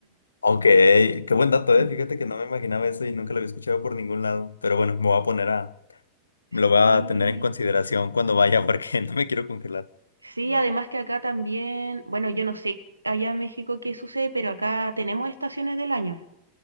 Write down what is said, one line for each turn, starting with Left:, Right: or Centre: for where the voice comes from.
Left: Aunque, qué buen dato,
Right: <laughs>
Left: eh. Fíjate que no me imaginaba eso y nunca lo había escuchado por ningún lado. Pero bueno, me voy a poner a, me lo voy
Right: Sí,
Left: a tener en consideración cuando vaya porque <laughs> no me quiero congelar.
Right: sí, además que acá también, bueno, yo no sé allá en México qué sucede, pero acá tenemos estaciones del año.